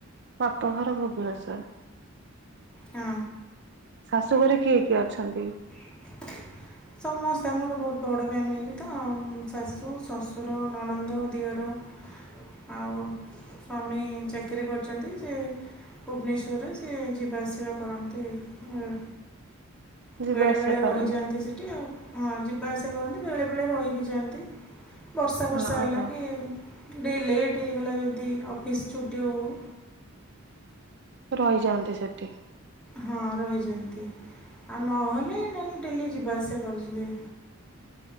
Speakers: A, on the right; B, in the centre.
A: ବାପ ଘର ଭୁବନେଶ୍ୱର।
B: ହୁଁ।
A: ଶାଶୁ ଘରେ କିଏ କିଏ ଅଛନ୍ତି।
B: ହ <inaudible> ସମସ୍ତେ ଆମର ବହୁତ ବଡ଼ ଫ୍ୟାମିଲି ତ, ଉଁ ଶାଶୁ, ଶ୍ୱଶୁର, ନଣନ୍ଦ, ଦିଅର। ଆଉ ସ୍ୱାମୀ ଚାକିରି କରିଛନ୍ତି ସେ। ଭୁବନେଶ୍ୱର ରେ ସିଏ ଯିବା ଆସିବା କରନ୍ତି ଏ।
A: ଯିବା
B: ବେଳେ
A: ଆସିବା
B: ବେଳେ ରହି
A: କରନ୍ତି?
B: ଯାଆନ୍ତି ସେଠି ଆଉ ହଁ ଯିବା ଆସିବା କରନ୍ତି ବେଳେ ବେଳେ ରହି ବି ଯାଆନ୍ତି। ବର୍ଷା ଫର୍ଷା
A: ହଁ
B: ହେଲା
A: ହଁ।
B: କି ଲେଟ୍ ହେଇଗଲା ଯଦି ଅଫିସ୍ ଛୁଟି ହଉ ହଉ
A: ରହି ଯାଆନ୍ତି ସେଠି।
B: ହଁ ରହିଯାଛନ୍ତି ଆଉ ନହେଲେ ନହେଲେ ଡେଲି ଯିବା ଆସିବା କରୁଛନ୍ତି।